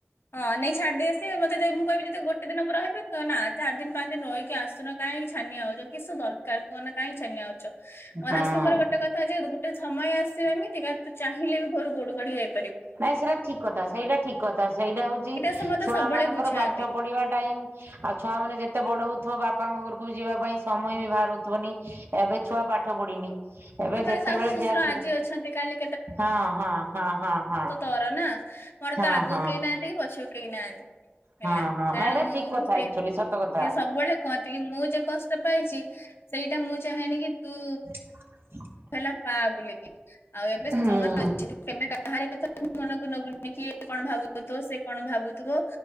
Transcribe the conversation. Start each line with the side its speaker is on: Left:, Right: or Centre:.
Left: ହଁ ନେଇ ଛାଡିଦେଇ ଆସିଥିବେ ମୋତେ ଯାଇ ମୁଁ କିହିବି ଯଦି ଗୋଟେ ଦିନ ମୁଁ ରହିବି ନା ଚାରି ଦିନ ପାଞ୍ଚ ଦିନ ରହିକି ଆସୁନ। କାହିଁକି ଛାନିଆ ହଉଛ କିସ ଦରକାର କୁହନା କାହିଁକି ଛାନିଆ ହଉଛ ମୋର
Right: ହଁ
Left: ଶାଶୁଙ୍କର ଗୋଟେ କଥା ଥା ଯେ ଗୋଟେ ସମୟ ଆସିବ ଏମିତିକା ତୁ ଚାହିଁଲେ ବି ଘରୁ ଗୋଡ କାଢି ଯାଇ
Right: ନାଇଁ ସେଇଟା ଠିକ କଥା ସେଇଟା ଠିକ କଥା ସେଇଟା ହଉଛି
Left: ସେ ମତେ
Right: ଛୁଆମାନଙ୍କର
Left: ସବୁବେଳେ ବୁଝାନ୍ତି
Right: ପାଠ ପଢିବା ଟାଇମ ଆଉ ଛୁଆମାନେ ଯେତେ ବଡ ହଉଥିବ ବାପାଙ୍କ ଘରକୁ ବି ଯିବା ପାଇଁ ସମୟ ବି ବାହାର ହଉଥିବନି। ଏବେ ଛୁଆ ପାଠ ପଢିନି। ଏବେ
Left: ତାପରେ
Right: ଯେତେବେଳେ
Left: ଶାଶୁ ଶ୍ୱଶୁର
Right: ଯା-
Left: ଆଜି ଅଛନ୍ତି କାଲି
Right: ହଁ -ହଁ -ହଁ -ହଁ। ହଁ
Left: କର ନା ମୋର
Right: ହଁ
Left: ତ ଆଗକୁ
Right: ହଁ
Left: କେହି ନାହାନ୍ତି କି ପଛକୁ କେହି ନାହାନ୍ତି। ହେଲା
Right: ହଁ ହଁ
Left: ତେଣୁ
Right: ନାଇଁ ଏଇଟା ଠିକ କଥା
Left: ସେଇ
Right: ଆକ୍ଚୁଆଲି ସତ କଥା
Left: ସିଏ ସବୁବେଳେ କୁହନ୍ତ୍ ତି କି ମୁଁ ଯଉ କଷ୍ଟ ପାଇଚି ସେଇଟା ମୁଁ ଚାହେଁନି କି ତୁ
Right: <inaudible>
Left: ହେଲା ପା ବୁଲିକି ଆଉ ଏବେ ସମାନ
Right: ହୁଁ
Left: ଅଛି କେ କାହାରି କଥା ମନକୁ ନବୁନି କି କଣ ଭାବୁଥିବ ସେ କଣ ଭାବୁଥିବ